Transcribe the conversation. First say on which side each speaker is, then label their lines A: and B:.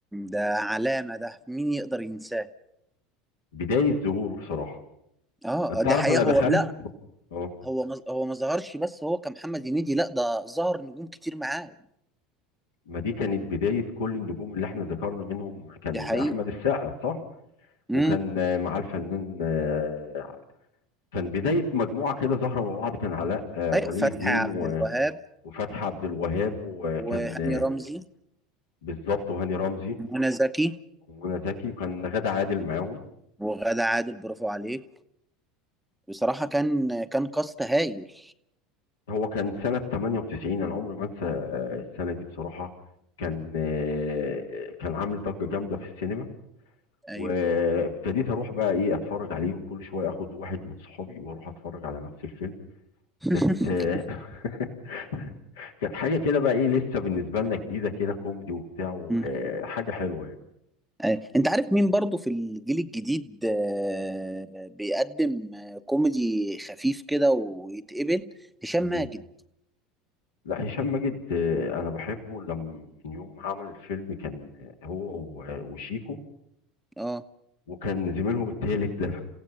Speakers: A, in the centre; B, on the left.
A: ده علامة ده مين يقدر ينساه
B: بداية ظهوره بصراحة
A: اه
B: أنت
A: آه، دي
B: عارف
A: حقيقة
B: أنا دخلت
A: هو لا
B: أه
A: هو ما هو ما ظهرش بس هو كمحمد هنيدي لا ده ظهر نجوم كتير معاه
B: ما دي كانت بداية كل النجوم اللي احنا ذكرنا منهم كان
A: دي حقيقة
B: أحمد السقا صح؟
A: امم
B: وكان آه، معاه الفنان آه، كان بداية مجموعة كده ظاهرة مع بعض كان علاء آه،
A: ايوه
B: ولي
A: فتحي
B: الدين
A: عبد
B: و-
A: الوهاب
B: وفتحي عبد الوهاب وكان
A: وهاني
B: آه،
A: رمزي
B: بالظبط وهاني رمزي
A: ومنى زكي
B: ومنى زكي وكان غادة عادل معاهم
A: وغادة عادل برافو عليك بصراحة كان كان كاست هايل
B: هو كان سنة 98 أنا عمري ما أنسى آه، السنة دي بصراحة كان آه، كان عامل ضجة جامدة في السينما
A: ايوه
B: وابتديت أروح بقى إيه أتفرج عليه وكل شوية آخد واحد من صحابي وأروح أتفرج على نفس الفيلم
A: <laughs>
B: كانت آه، <laughs> كانت حاجة كده بقى إيه لسه بالنسبة لنا جديدة كده كوميدي وبتاع و-
A: مم.
B: آه، حاجة حلوة يعني
A: أيوة. انت عارف مين برضو في الجيل الجديد آه، بيقدم آه، كوميدي خفيف كده ويتقبل هشام
B: مين؟
A: ماجد
B: لا هشام ماجد آه، أنا بحبه لما من يوم ما عمل الفيلم كان آه، هو و- وشيكو
A: اه
B: وكان زميلهم التالت ده